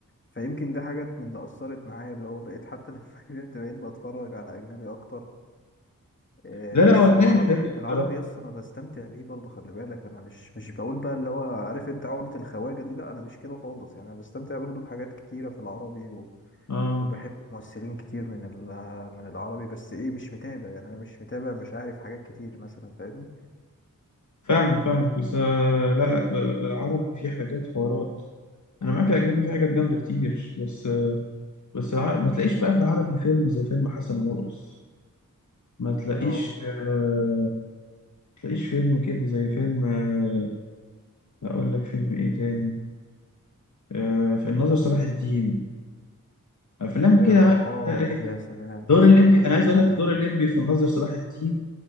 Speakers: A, on the left (about 35°); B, on the left (about 60°).
A: فيمكن ده حاجات من اللي اثرت معايا اللي هو بقيت حتى <laughs> لما كبرت بقيت بتفرج على اجنبي اكتر آه،
B: لا
A: بس
B: لا هو أجنبي
A: العربي
B: حلو بصراحة
A: العربي يس انا بستمتع بيه برضه خلي بالك انا مش مش بقول بقى اللي هو عارف انت عقدة الخواجة دي لا انا مش كده خالص يعني انا بستمتع برضه بحاجات كتيرة في العربي و...
B: أه
A: وبحب ممثلين كتير من ال... من العربي بس ايه مش متابع يعني انا مش متابع مش عارف حاجات كتير مثلا فاهمني
B: فاهمك فاهمك بس آه، لا لا آه، العربي فيه حاجات حوارات انا معاك الاجنبي في حاجات جامده كتير بس بس العر... ما تلاقيش بقى في العربي فيلم زي فيلم حسن ومرقص ما تلاقيش
A: اه
B: آه... ما تلاقيش فيلم كده زي فيلم آه... اقول لك فيلم ايه تاني آه... في الناظر صلاح الدين افلام
A: يا
B: كده
A: اه
B: عارف آه، إيه.
A: يا سلام
B: دور
A: يس
B: الليمبي
A: انا بحب
B: انا عايز
A: على
B: اقول لك دور الليمبي في الناظر صلاح الدين